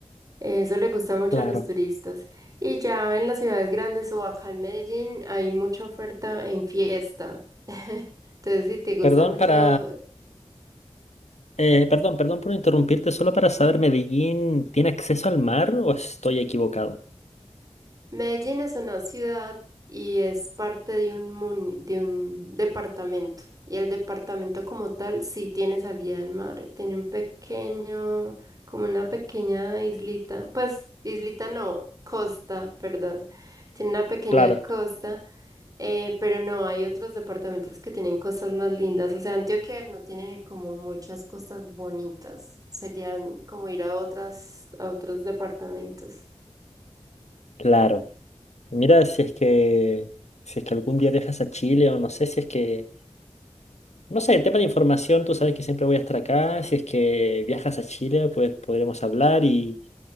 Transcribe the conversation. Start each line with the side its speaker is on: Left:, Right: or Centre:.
Right: Eso le gusta mucho
Left: claro.
Right: a los turistas. Y ya en las ciudades grandes o acá en Medellín hay mucha oferta en fiesta. <laughs> Entonces, si te gusta
Left: Perdón
Right: mucho
Left: para... eh, perdón, perdón por interrumpirte, solo para saber, ¿Medellín tiene acceso al mar o estoy equivocado?
Right: Medellín es una ciudad y es parte de un, muni- de un departamento. Y el departamento como tal sí tiene salida al mar. Tiene un pequeño, como una pequeña islita. Pues, islita no, costa, perdón. Tiene una pequeña
Left: Claro,
Right: costa, eh, pero no, hay otros departamentos que tienen costas más lindas. O sea, Antioquia no tiene como muchas costas bonitas. Serían como ir a otras, a otros departamentos.
Left: claro. Mira, si es que... Si es que algún día viajas a Chile o no sé, si es que... No sé, tema de información, tú sabes que siempre voy a estar acá. Si es que viajas a Chile, pues podremos hablar y